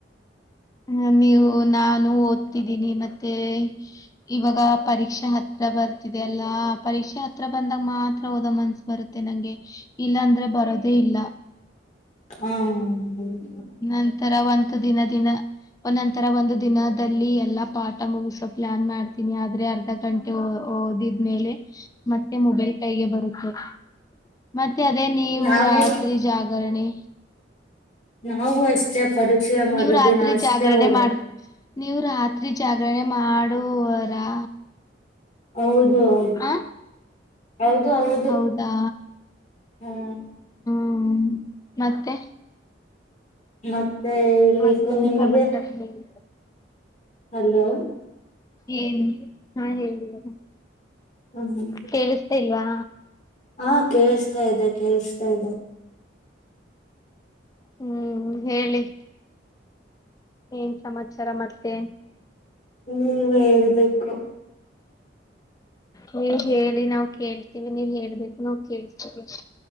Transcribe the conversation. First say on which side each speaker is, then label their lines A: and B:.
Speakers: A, on the left (about 20°); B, on the left (about 40°).
A: ಹ ನೀವು ನಾನು ಓದ್ತಿದ್ದೀನಿ ಮತ್ತೆ ಇವಾಗ ಪರೀಕ್ಷಾ ಹತ್ತ ಹತ್ರ ಬರ್ತಿದೆ ಎಲ್ಲಾ ಪರೀಕ್ಷೆ ಹತ್ರ ಬಂದಾಗ ಮಾತ್ರ ಹೋದ ಮನ್ಸ ಬರುತ್ತೆ ನಂಗೆ ಇಲ್ಲ ಅಂದ್ರೆ ಬರೋದೇ ಇಲ್ಲ
B: ಹ್ಮ
A: ನಂತರ ಒಂದು ದಿನ ದಿನ ನಂತರ ಒಂದು ದಿನ ಎಲ್ಲಾ ಪಾಠ ಮುಗಸೋ ಪ್ಲಾನ್ ಮಾಡ್ತೀನಿ ಆದ್ರೆ ಅರ್ಧ ಗಂಟೆ ಓದಿದ್ಮೇಲೆ ಮತ್ತೆ ಮೊಬೈಲ್ ಕೈಗೆ ಬರುತ್ತೆ ಮತ್ತೆ ಅದೇ ನೀವು
B: ನಾವೇ
A: ರಾತ್ರಿ ಜಾಗರಣೆ
B: ನಾವು ಅಷ್ಟೇ ಪರೀಕ್ಷೆಯ ಮರುದಿನ
A: ನೀವ್ ರಾತ್ರಿ
B: ಅಷ್ಟೇ
A: ಜಾಗರಣೆ
B: ಓದದು
A: ಮಾಡ್ ನೀವು ರಾತ್ರಿ ಜಾಗರಣೆ ಮಾಡುವರಾ
B: ಹೌದು ಹೌದು
A: ಆ
B: ಹೌದು ಹೌದು
A: ಹೌದಾ
B: ಹ್ಮ್
A: ಹ್ಮ ಮತ್ತೆ
B: ಮತ್ತೆ ಇಳ್ಬೇಕು
A: ಮತ್ತೇನ್
B: ನಿಮಗೆ
A: ಸಮಾಚಾರ ಹೇಳಿ
B: ಹಲೋ
A: ಏನ್ ಹಾ ಹೇಳಿವ
B: ಹ್ಮ್
A: ಕೇಳಿಸತಾ ಇಲ್ವಾ
B: ಹಾ ಕೇಳ್ಸ್ತಾ ಇದೆ ಕೇೇಳಸ್ತಾ ಇದೆ
A: ಹ್ಮ್ ಹೇಳಿ ಏನ್ ಸಮಾಚಾರ ಮತ್ತೆ
B: ನೀವ ಹೇಳ್ಬೇಕು
A: ನೀವ
B: ಹ್ಮ್
A: ಹೇಳಿ ನಾವವು ಕೇಳ್ತೀವಿ ನೀವ್ ಹೇಳ್ಬೇಕು ನಾವ್ ಕೇಳ್ತೀವಿ